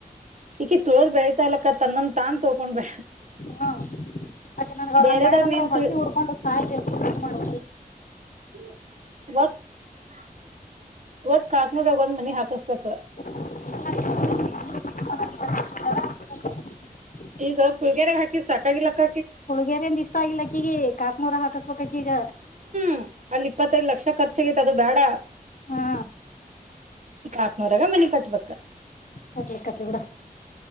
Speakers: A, on the right (about 50°); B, on the left (about 60°).
A: ಈಕಿ ತುಳಿದು ಬೆಳತಾಲಕ್ಕ ತನ್ನಂದ ತಾನ್ ತುಳ್ಕೊಂಡು
B: ಹಾ ಅಕ್ಕಿ ನನ ಅವ್ರ
A: ಬೇರೆದವ್ರನ
B: ಹಂಗ್ ಮಾಡಳಾರ ಅಂದ್ರೆ
A: ಏನ್
B: ಅವ್
A: ತಿಳ್
B: ಹೊಟ್ಟೆ ಉರ್ಕೊಂಡು ಸಾಯಬೇಕು ಮಾಡ್
A: <inaudible> ಒಟ್ ಕಾಕ್ನೂರಾಗ ಒಂದ್ ಮನಿ ಹಾಕಸ್ಬೇಕ
B: <inaudible>
A: ಈಗ ಪುಲಿಗೆರಿಗೆ ಹಾಕಿ ಸಾಕಾಗಿಲ್ಲಕ್ಕ
B: ಪುಳ್ಗೇರೆಂದ ಇಷ್ಟ ಆಗಿಲ್ಲ ಅಕ್ಕಿಗಿ ಕಾತ್ನೂರ ಹಾಕಸ್ಬೇಕಕ್ಕಿ ಈಗ
A: ಹ್ಮ ಅಲ್ಲಿ ಇಪ್ಪತ್ತೈದು ಲಕ್ಷ ಖರ್ಚಹಾಗೈತೆ ಅದು ಬೇಡ
B: ಹಾ
A: ಕಾತನುರಾಗ ಮನೆ ಕಟ್ಬೇಕಕ್
B: ಕಟ್ಲಿ ಕಟ್ಲಿ ಬಿಡು